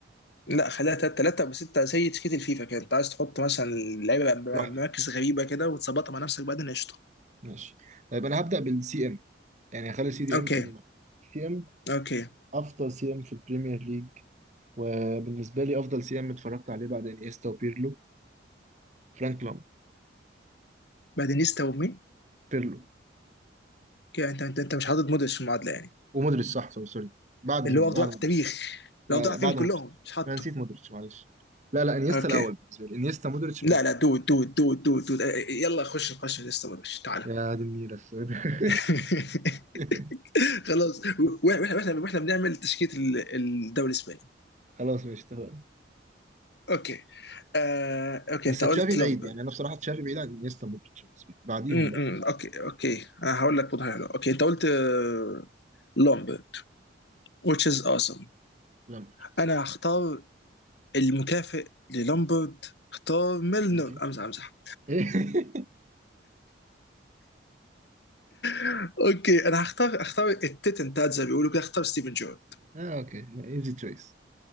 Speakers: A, on the left; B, on the right.
A: لا خليها تلاته تلاته بس انت زي تشكيله الفيفا كده انت عايز تحط مثلا لعيبه ب- ب-
B: براحتك
A: مراكز غريبه كده وتظبطها مع نفسك بعدين قشطه
B: ماشي طيب انا هبدأ بالسي ام يعني هخلي سي دي
A: اوكي
B: ام تاني مرة سي ام
A: اوكي
B: افضل سي ام في البريمير ليج وبالنسبة لي افضل سي ام اتفرجت عليه بعد انيستا وبيرلو فرانك لام
A: بعدين يستا ومين
B: بيرلو
A: كده انت انت انت مش حاطط مودريتش في المعادله يعني
B: ومودريتش صح سوري سوري بعدهم
A: اللي هو افضل
B: بعد
A: واحد
B: مودريتش
A: في التاريخ
B: لا
A: لو ضاع
B: لا بعد
A: فيهم كلهم
B: مودريتش
A: مش حاطه
B: انا نسيت مودريتش معلش لا لا انيستا
A: اوكي
B: الاول بالنسبة لي انيستا مودريتش
A: لا
B: بيرلو
A: لا دود دود دود دود دود اه، يلا خش نقاش لسه مودريتش تعالى
B: يا دي النيلة السوداء
A: <laughs>
B: <laughs>
A: خلاص واحنا واحنا واحنا بنعمل تشكيله ال- الدوري الاسباني
B: خلاص ماشي اتفقنا
A: اوكي آه، اوكي
B: بس
A: انت
B: تشافي
A: قلت
B: بعيد
A: لامبر
B: يعني انا بصراحه تشافي بعيد عن انيستا مودريتش بالنسبه لي بعديهم
A: امم
B: بقى
A: اوكي اوكي انا هقول لك وضع حلو اوكي انت قلت آه، لومبرد which is awesome
B: لامبرت
A: انا هختار المكافئ للومبرد اختار ميلنر
B: إيجي.
A: امزح امزح
B: <laughs>
A: <laughs> اوكي انا هختار اختار التتن بتاعت زي ما بيقولوا كده اختار ستيفن جورد
B: اه اوكي ايزي تشويس